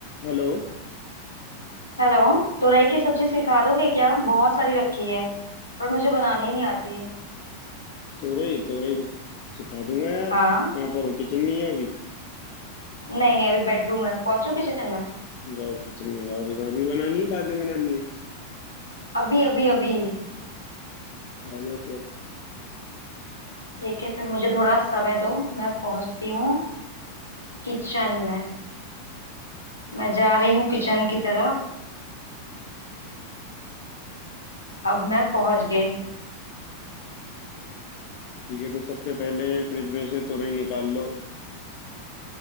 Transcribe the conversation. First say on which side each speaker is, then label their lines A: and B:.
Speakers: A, on the left; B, on the left.
A: Hello
B: Hello तुरई की सब्जी सिखा दोगे क्या बहुत सारी रखी है पर मुझे बनानी नहीं आती
A: तोरई तोरई बत- सिखा दूंगा यार
B: हाँ
A: कहाँ पर हो किचन में ही हो अभी
B: नहीं नहीं अभी बेडरूम में पहुंचू किचन में
A: जाओ किचन में जाओ अभी भाभी बनानी है बाद में बनानी है
B: अभी अभी अभी
A: आ जाओ फिर
B: ठीक है फिर मुझे थोड़ा समय दो मैं पहुंचती हूँ किचन में मैं जा रही हूँ किचन की तरफ अब मैं पहुंच गई
A: ठीक है तो सबसे पहले फ्रिज में से तोरई निकाल लो